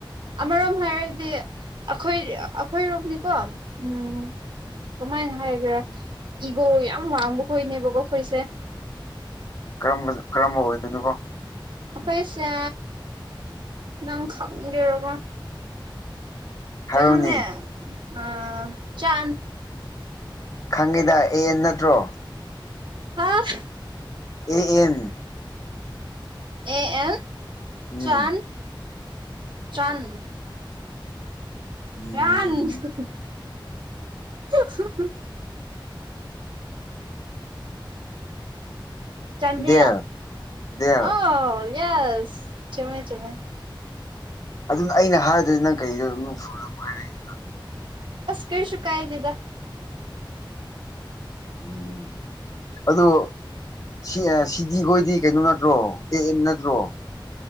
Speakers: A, on the right; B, on the left.
A: ꯑꯃꯔꯣꯝ ꯍꯥꯏꯔꯗꯤ ꯑꯩꯈꯣꯏ ꯑꯩꯈꯣꯏꯔꯣꯝꯅꯤꯀꯣ ꯎꯝ ꯀꯃꯥꯏꯅ ꯍꯥꯏꯈ꯭ꯔꯦ ꯏꯒꯣ ꯌꯥꯝ ꯋꯥꯡꯕꯈꯣꯏꯅꯦꯕꯀꯣ ꯑꯩꯈꯣꯏꯁꯦ
B: ꯀꯝꯕ ꯀꯔꯝꯕ ꯑꯣꯏꯗꯣꯏꯅꯤꯕꯣ
A: ꯄꯩꯁꯥ ꯅꯪ ꯈꯝꯒꯦꯔꯔꯕꯣ
B: ꯍꯥꯏꯔꯣꯅꯦ
A: ꯄꯩꯅꯣꯅꯦ ꯑ ꯆ
B: ꯈꯪꯉꯤꯗ ꯑꯦꯟ ꯅꯠꯇ꯭ꯔꯣ
A: ꯍꯥꯎ
B: ꯑꯦ ꯑꯦꯟ
A: ꯑꯦ ꯑꯦꯟ
B: ꯎꯝ
A: ꯆꯥꯟ ꯆꯟ ꯀ
B: ꯎꯝ
A: ꯆꯟꯗ
B: ꯗꯦꯜ ꯗꯦꯜ
A: ꯑ ꯌꯦꯁ ꯆꯃꯦ ꯆꯃꯦꯦ
B: ꯑꯗꯨꯅ ꯑꯩꯅ ꯍꯥꯏꯔꯗ꯭ꯔꯗꯤ ꯅꯪ ꯀꯩꯗ ꯑꯗꯨꯝ ꯐꯨꯝ ꯍꯥꯏꯔꯛꯏꯁꯤꯅ
A: ꯑꯁ ꯀꯦꯁꯨ ꯀꯥꯏꯗꯗ
B: ꯎꯝ ꯑꯗꯣ ꯁꯤ ꯁꯤꯗꯤ ꯈꯣꯏꯗꯤ ꯀꯩꯅꯣ ꯅꯠꯇ꯭ꯔꯣ ꯑꯦ ꯑꯦꯟ ꯅꯠꯇ꯭ꯔꯣ